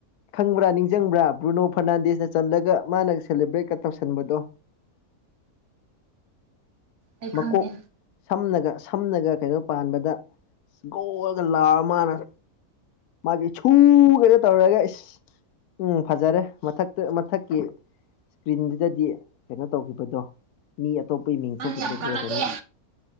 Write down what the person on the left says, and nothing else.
ꯈꯪꯕ꯭ꯔꯥ ꯅꯤꯡꯁꯤꯡꯕ꯭ꯔꯥ ꯕ꯭ꯔꯨꯅꯣ ꯐꯔꯅꯥꯟꯗꯤꯁꯅ ꯆꯜꯂꯒ ꯃꯥꯅ ꯁꯦꯂꯦꯕ꯭ꯔꯦꯠꯀ ꯇꯧꯁꯟꯕꯗꯣ <inaudible>
ꯃꯀꯣꯛ
ꯁꯝꯂꯒ ꯁꯝꯅꯒ ꯀꯩꯅꯣ ꯄꯥꯟꯕꯗ ꯣꯜꯂꯒ ꯂꯥꯛꯑ ꯃꯥꯅ ꯃꯥꯒꯤ ꯁꯨꯒꯩꯅꯣ ꯇꯧꯔꯒ ꯏꯁ ꯎꯝ ꯐꯖꯔꯦ ꯃꯊꯛꯇ ꯃꯊꯛꯀꯤ ꯏꯁꯀ꯭ꯔꯤꯟꯗꯨꯗꯗꯤ ꯀꯩꯅꯣ ꯇꯧꯈꯤꯕꯗꯣ ꯃꯤ ꯑꯇꯣꯞꯄ ꯏ
ꯊꯣꯛꯣꯛꯈꯤꯕꯗꯕꯣ
ꯑꯣꯖꯅ